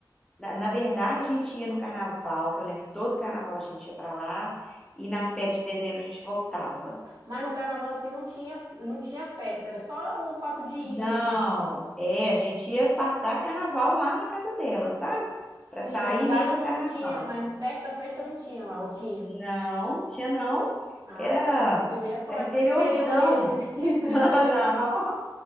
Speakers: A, in the centre; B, on the right.
A: Na, na verdade, a gente ia no carnaval, que eu lembro que todo carnaval a gente ia pra lá, e nas férias de dezembro a gente voltava.
B: mas no carnaval assim não tinha, não tinha festa, era só o fato de ir
A: Não,
B: mesmo.
A: é, a gente ia passar carnaval lá na casa dela, sabe? Pra
B: Sim,
A: sair
B: mas lá
A: mesmo
B: não,
A: do carnaval.
B: não tinha, mas festa, festa não tinha lá, ou tinha.
A: Não, tinha não.
B: Ah,
A: Era,
B: tá. Porque eu já ia falar
A: era interiorzão.
B: que esse interior é esse,
A: <laughs>
B: <laughs> que interior
A: Ah,
B: é
A: Não,
B: esse?